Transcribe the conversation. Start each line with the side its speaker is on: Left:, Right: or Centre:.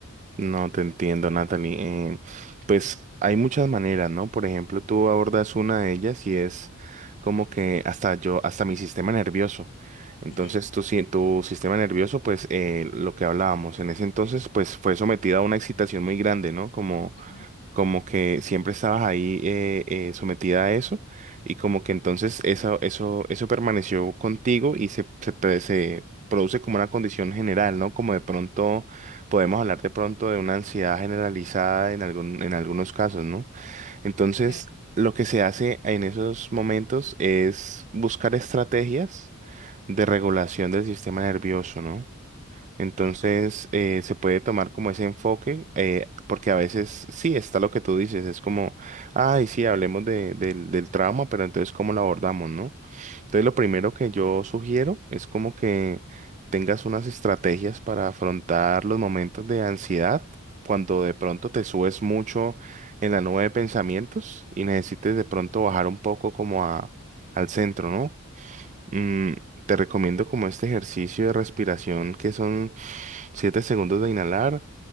Right: No te entiendo, Natalie. Eh, pues hay muchas maneras, ¿no? Por ejemplo, tú abordas una de ellas y es como que hasta yo, hasta mi sistema nervioso. Entonces,
Left: Ujú,
Right: tu, si- tu sistema nervioso, pues eh, lo que hablábamos en ese entonces, pues fue sometido a una excitación muy grande, ¿no? Como
Left: ujú,
Right: como que siempre estabas ahí eh, eh, sometida a eso y como que entonces eso, eso, eso permaneció contigo y se, se, pre- se produce como una condición general, ¿no? Como de pronto podemos hablar de pronto de una ansiedad generalizada en algún, en algunos casos, ¿no? Entonces,
Left: Sí,
Right: lo que se hace en esos momentos es buscar estrategias de regulación del sistema nervioso, ¿no? Entonces,
Left: ok.
Right: eh, se puede tomar como ese enfoque, eh, porque a veces sí está lo que tú dices, es como, ay, sí, hablemos de- del del trauma, pero entonces, ¿cómo lo abordamos, no? Entonces, lo primero que yo sugiero es como que tengas unas estrategias para afrontar los momentos de ansiedad, cuando de pronto te subes mucho en la nube de pensamientos y necesites de pronto bajar un poco como a, al centro, ¿no? Mm, te recomiendo como este ejercicio de respiración que son 7 segundos de inhalar,